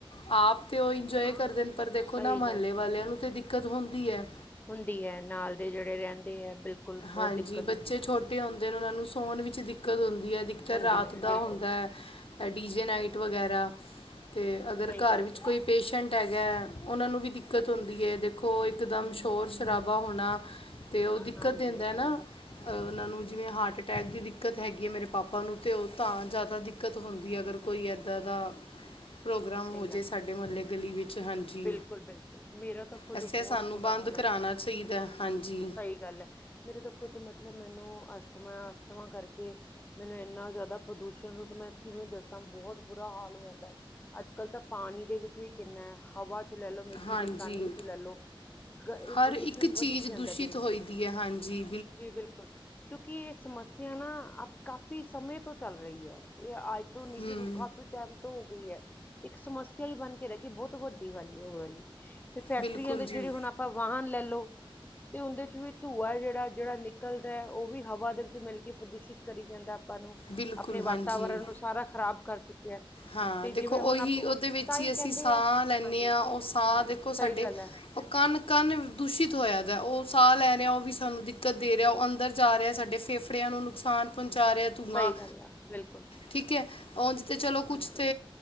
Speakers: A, on the left; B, on the left.
A: ਆਪ ਤਾਂ ਉਹ ਇੰਜੋਏ
B: ਹਾਂ
A: ਕਰਦੇ ਨੇ, ਪਰ ਦੇਖੋ
B: ਸਹੀ
A: ਨਾ ਮੁਹੱਲੇ
B: ਗੱਲ ਸਹੀ
A: ਵਾਲਿਆਂ
B: ਗੱਲ
A: ਨੂੰ ਤਾਂ ਦਿੱਕਤ ਹੁੰਦੀ ਹੈ।
B: ਹੁੰਦੀ ਹੈ, ਨਾਲ ਦੇ ਜਿਹੜੇ ਰਹਿੰਦੇ ਹੈ ਬਿਲਕੁਲ ਬਹੁਤ
A: ਹਾਂਜੀ,
B: ਦਿੱਕਤ
A: ਬੱਚੇ
B: ਹੁੰਦੀ ਹੈ
A: ਛੋਟੇ ਹੁੰਦੇ ਨੇ ਉਹਨਾਂ ਨੂੰ ਸੌਣ ਵਿੱਚ ਦਿੱਕਤ ਹੁੰਦੀ ਹੈ, ਦਿੱਕਤ
B: ਹੁੰਦੀ
A: ਰਾਤ
B: ਹੈ
A: ਦਾ
B: ਬਿਲਕੁਲ
A: ਹੁੰਦਾ ਹੈ। ਡੀ ਜੇ ਨਾਈਟ ਵਗੈਰਾ ਤੇ ਅਗਰ
B: ਸਹੀ
A: ਘਰ
B: ਗੱਲ
A: ਵਿੱਚ
B: ਕਹੀ
A: ਕੋਈ ਪੇਸ਼ੈਂਟ ਹੈਗਾ, ਉਹਨਾਂ ਨੂੰ ਵੀ ਦਿੱਕਤ ਹੁੰਦੀ ਹੈ, ਦੇਖੋ ਇੱਕਦਮ ਸ਼ੋਰ ਸ਼ਰਾਬਾ ਹੋਣਾ ਤੇ ਉਹ ਦਿੱਕਤ
B: ਹਾਂਜੀ
A: ਦਿੰਦਾ
B: ਹਾਂਜੀ
A: ਨਾ ਉਹਨਾਂ ਨੂੰ ਜਿਵੇਂ ਹਾਰਟ ਅਟੈਕ ਦੀ ਦਿੱਕਤ ਹੈਗੀ ਹੈ, ਮੇਰੇ ਪਾਪਾ ਨੂੰ ਤੇ ਉਹ ਤਾਂ ਜ਼ਿਆਦਾ ਦਿੱਕਤ ਹੁੰਦੀ, ਅਗਰ ਕੋਈ ਇੱਦਾਂ ਦਾ ਪ੍ਰੋਗਰਾਮ
B: ਸਹੀ
A: ਹੋ ਜੇ
B: ਗੱਲ
A: ਸਾਡੇ
B: ਕੀਤੀ
A: ਮਹੱਲੇ ਗਲੀ ਵਿੱਚ ਹਾਂਜੀ,
B: ਬਿਲਕੁਲ ਬਿਲਕੁਲ ਮੇਰਾ ਤਾਂ ਖੁਦ
A: ਵੈਸੇ
B: ਬਹੁਤ
A: ਸਾਨੂੰ
B: ਬੁਰਾ
A: ਬੰਦ
B: ਹਾਲ
A: ਕਰਾਉਣਾ
B: ਰਹਿੰਦਾ ਹੈ
A: ਚਾਹੀਦਾ, ਹਾਂਜੀ
B: ਸਹੀ ਗੱਲ ਮੇਰੇ ਤੋਂ ਖੁੱਦ ਮਤਲਬ, ਮੈਨੂੰ ਅਸਥਮਾ, ਅਸਥਮਾ ਕਰਕੇ ਮੈਨੂੰ ਇੰਨਾ ਜ਼ਿਆਦਾ ਪ੍ਰਦੂਸ਼ਣ ਨੂੰ, ਮੈਂ ਕਿਵੇਂ ਦੱਸਾਂ ਬਹੁਤ ਬੁਰਾ ਹਾਲ ਹੋ ਜਾਂਦਾ ਏ ਅੱਜ ਕੱਲ ਤਾਂ ਪਾਣੀ ਦੇ ਵਿੱਚ ਵੀ ਕਿੰਨਾ ਹੈ, ਹਵਾ 'ਚ ਲੈ ਲਓ, ਮਿੱਟੀ
A: ਹਾਂਜੀ
B: ਦੇ ਕੰਨ ਵਿੱਚ ਲੈ ਲਓ ਇਹ
A: ਹਰ
B: ਪ੍ਰਦੂਸ਼ਣ
A: ਇੱਕ ਚੀਜ਼
B: ਵਧੀ ਜਾਂਦਾ
A: ਦੂਸ਼ਿਤ
B: ਦਿਨ ਦਾ,
A: ਹੋਈ ਦੀ ਹੈ ਹਾਂਜੀ
B: ਜੀ ਬਿਲਕੁਲ ਕਿਉਂਕਿ ਇਹ ਸਮੱਸਿਆ ਨਾ, ਅ ਕਾਫੀ ਸਮੇਂ ਤੋਂ ਚੱਲ ਰਹੀ ਹੈ, ਇਹ ਅੱਜ ਧੋਨੀ
A: ਹੂੰ
B: ਸ਼ੁਰੂ, ਕਾਫ਼ੀ ਟਾਈਮ ਤੋਂ ਹੋ ਗਈ ਹੈ। ਇੱਕ ਸਮੱਸਿਆ ਹੀ ਬਣ ਕੇ ਰਹਿ ਗਈ ਬਹੁਤ ਵੱਡੀ ਵਾਲੀ ਉਹ ਵਾਲੀ, ਤੇ ਫੈਕਟਰੀਆਂ
A: ਬਿਲਕੁਲ
B: ਦੇ
A: ਜੀ
B: ਜਿਹੜੇ ਹੁਣ ਆਪਾਂ ਵਾਹਨ ਲੈ ਲਓ, ਤੇ ਉਹਦੇ 'ਚ ਵੀ ਧੂੰਆ ਜਿਹੜਾ, ਜਿਹੜਾ ਨ ਨਿਕਲਦਾ, ਉਹ ਵੀ ਹਵਾ ਦੇ ਵਿੱਚ ਮਿਲ ਕੇ ਪ੍ਰਦੂਸ਼ਿਤ ਕਰੀ ਜਾਂਦਾ ਆਪਾਂ ਨੂੰ,
A: ਬਿਲਕੁਲ
B: ਆਪਣੇ
A: ਹਾਂਜੀ
B: ਵਾਤਾਵਰਨ ਨੂੰ ਸਾਰਾ ਖਰਾਬ ਕਰ ਚੁੱਕਿਆ
A: ਹਾਂ,
B: ਤੇ
A: ਦੇਖੋ
B: ਜਿਵੇਂ
A: ਉਹੀ,
B: ਹੁਣ ਆਪ ਉਹ-
A: ਉਹਦੇ ਵਿੱਚ
B: ਤਾਂ
A: ਹੀ ਅਸੀਂ
B: ਕਹਿੰਦੇ
A: ਸਾਹ
B: ਆ ਹਾਂਜੀ
A: ਲੈਂਦੇ ਹਾਂ ਉਹ ਸਾਹ ਦੇਖੋ
B: ਸਹੀ
A: ਸਾਡੇ
B: ਗੱਲ ਹੈ
A: ਉਹ ਕਣ-ਕਣ ਦੂਸ਼ਿਤ ਹੋਇਆ, ਦਾ ਉਹ ਸਾਹ ਲੈ ਰਿਹਾ ਉਹ ਵੀ ਸਾਨੂੰ ਦਿੱਕਤ ਦੇ ਰਿਹਾ, ਉਹ ਅੰਦਰ ਜਾ ਰਿਹਾ, ਸਾਡੇ ਫੇਫੜਿਆਂ ਨੂੰ ਨੁਕਸਾਨ ਪਹੁੰਚਾ ਰਿਹਾ ਧੂੰਆਂ
B: ਸਹੀ ਗੱਲ ਆ, ਬਿਲਕੁਲ
A: ਠੀਕ ਹੈ, ਉੰਝ ਚਲੋ ਕੁਛ
B: ਹਾਂਜੀ
A: ਤੇ,